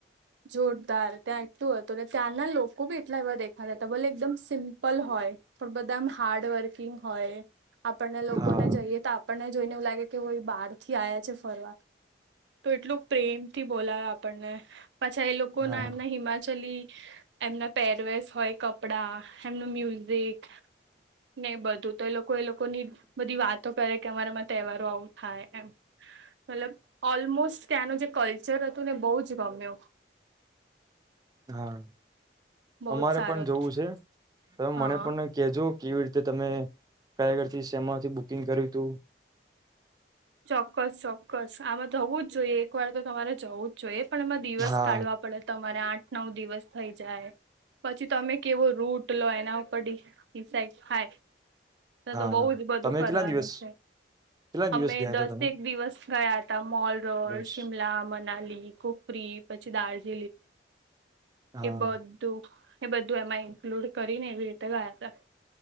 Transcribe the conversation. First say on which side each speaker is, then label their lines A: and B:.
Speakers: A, on the right; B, on the right.
A: જોરદાર ત્યાં એકટલું હતું ને ત્યાંના લોકો બી એટલા એવા દે. <inaudible> હતા ભલે એકદમ સિમ્પલ હોય પણ બધા હાર્ડ વર્કિંગ હોય. આપણને લોકોને
B: હા
A: જઈએ તો આપણને જોઈને એવું લાગે કે બહાર થી આવ્યા છે ફરવા તો એટલું પ્રેમથી બોલાય આપણને પાછા એ લોકો
B: હા
A: ના એમના હિમાચલી એમના પેરવેસ હોય કપડા એમનું મ્યુઝિક. નહી બધું તો એ લોકો એ લોકોની બધી વાતો કરે કે અમારામાં તહેવારો આવું થાય એમ મતલબ ઓલમોસ્ટ ત્યાંનું જે કલ્ચર હતું ને બહુ જ ગમ્યો.
B: હા
A: બહુ
B: અમારે
A: જ સારું
B: પણ
A: હતું
B: જોવું છે હ
A: હા
B: મને પણ કેજો. કેવી રીતે તમે કયાગળથી સેમાથી બુકિંગ કર્યું તું.
A: ચોક્કસ ચોક્કસ આમાં થવું જ જોઈએ એક વાર તો તમારે જવું જ જોઈએ. પણ એમાં દિવસ
B: હા
A: કાઢવા પડે તમારે આઠ નવ દિવસ થઈ જાય. પછી તમે કેવો રૂટ લો એના ઉપર સા હાય ના
B: હા
A: તો બહુ જ બધું
B: તમે
A: કરવારનું
B: કેટલા દિવસ
A: છે
B: કેટલા
A: અમે
B: દિવસ ગયા
A: દસેક
B: હતા તમે
A: દિવસ ગયા હતા મોલ રોડ
B: દસ
A: શિમલા મનાલી કફરી પછી દાર
B: હા
A: એ બધું એ બધું એમાં ઇન્ક્લુડ કરી ને એવી રીતે ગયા હતા